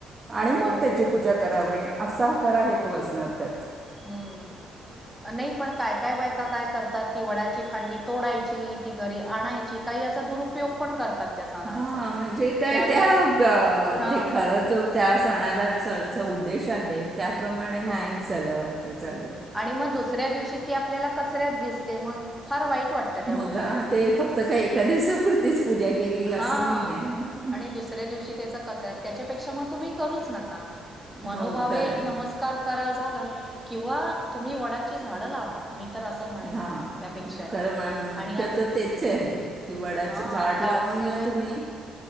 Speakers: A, on the right; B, in the centre.
A: आणि मग
B: हो
A: त्याची पूजा करावे असा. खरा हेतू
B: हो
A: असणार त्यात
B: हम्म नाही पण काय काय बायका काय करतात ती वडाची फांडी तोडायची ती घरी आणायची काही असा दुरुपयोग पण करतात. त्या सणांचा
A: हा म्हणजे काय
B: त्यावेळेस
A: त्या
B: हां
A: ते खरं जो त्या सणाला! चचा उद्देश आहे त्याप्रमाणे नाहीच
B: हां
A: झालं आता चालत.
B: आणि मग दुसऱ्या दिवशी ती आपला कचऱ्यात दिसते ते मग फार वाईट वाटतं त्या
A: मग
B: गोष्टीचं
A: हा, ते फक्त काही एका दिवसापुरतीच पूजा केली
B: हा
A: असं नाही आहे
B: आणि दुसऱ्या दिवशी त्याचा कचरा त्याच्या पेक्षा मग तुम्ही करूच नका मनोभावे
A: हो खरं
B: एक
A: आहे
B: नमस्कार करा झालं किंवा तुम्ही वडाची झाडं लावा तर असं म्हणेन
A: हा
B: त्यापेक्षाही
A: खर <inaudible> मुख्यत
B: आणि
A: तेच आहे की वडाच
B: हां
A: झाड
B: आता
A: लावून
B: ऑक्सिजन
A: मग तुम्ही